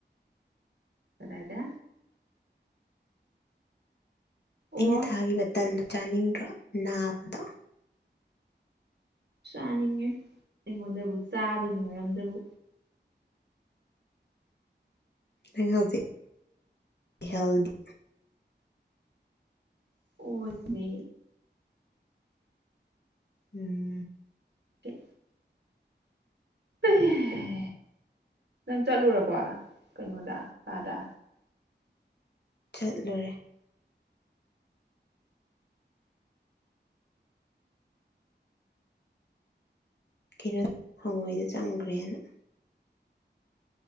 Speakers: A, on the right (about 65°); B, on the left (about 65°).
A: ꯀꯗꯥꯏꯗ ꯑꯣ
B: ꯑꯩꯅ ꯊꯥꯈꯤꯕ ꯇꯟꯗꯣ ꯆꯥꯅꯤꯡꯗ꯭ꯔꯣ ꯅꯥꯝꯗꯣ
A: ꯆꯥꯅꯤꯡꯉꯦ ꯑꯩꯉꯣꯟꯗꯕꯨ ꯆꯥꯕꯒꯤ ꯃꯔꯝꯗꯕꯨ
B: ꯅꯪ ꯍꯧꯖꯤꯛ ꯍꯦꯜꯗꯤ
A: ꯑꯣꯗꯤ
B: ꯎꯝ
A: ꯑꯣ ꯑꯦꯍ ꯅꯪ ꯆꯠꯂꯨꯔꯕꯣ ꯀꯩꯅꯣꯗ ꯀꯥꯗ
B: ꯆꯠꯂꯨꯔꯦ ꯀꯩꯅꯣ ꯍꯪꯉꯣꯏꯗ ꯆꯪꯈꯒ꯭ꯔꯦꯅ